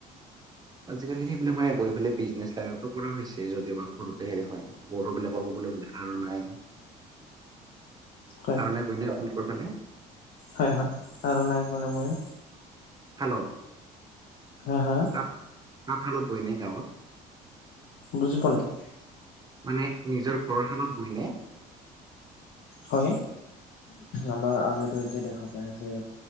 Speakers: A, on the right; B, on the left.
A: আজিকালি সেইবিলাক মানে বইফেলে বিজনেছ লাইনতো কৰা হৈছে যদিওবা ঘৰতে হেৰি হয়। বড়োবিলাকৰ ক'বলৈ গ'লে আৰু নাই।
B: হয়
A: আৰণাই বইনা আপোনালোকৰ ফালে?
B: হয় হয়, তাৰো নাই ক'লে মই।
A: হেল্ল'।
B: হা, হা?
A: তাঁত তাঁতশালত বৈ নে গাঁৱত?
B: বুজি পোৱা নাই।
A: মানে নিজৰ ঘৰৰ শালত বৈ নে?
B: হয়, আমাৰ আমিতো এতিয়া দেখা পাই আছে